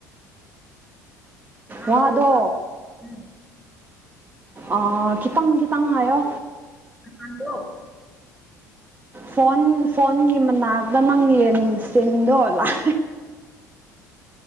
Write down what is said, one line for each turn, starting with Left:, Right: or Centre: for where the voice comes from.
Centre: ꯇꯥꯕ꯭ꯔꯣ
Right: ꯋꯥꯗꯣ
Centre: ꯎꯝ
Right: ꯑꯥ ꯈꯤꯇꯪ ꯈꯤꯇꯪ ꯍꯥꯏꯌꯣ
Centre: ꯇꯥꯗ꯭ꯔꯣ
Right: ꯐꯣꯟ ꯐꯣꯟꯒꯤ ꯃꯅꯥꯛꯇ ꯅꯪ ꯌꯦꯟ ꯁꯤꯟꯗꯣ ꯂꯥꯛ‌